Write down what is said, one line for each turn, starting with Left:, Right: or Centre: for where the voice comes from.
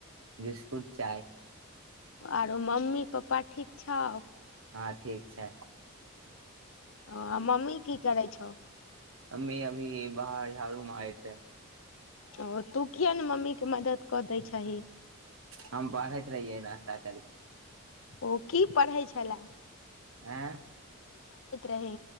Right: बिस्कुट चाय
Left: आरो मम्मी पप्पा ठीक छौ
Right: हँ ठीक छै
Left: ओ आ मम्मी की करै छौ
Right: मम्मी अभी बाहर झाड़ू मारय छथिन।
Left: ओ तू किया ने मम्मी के मदत कऽ दै छही
Right: हम बढ़ैत रहियै नास्ता करके
Left: ओ की पढ़ै छलए
Right: हे
Left: रही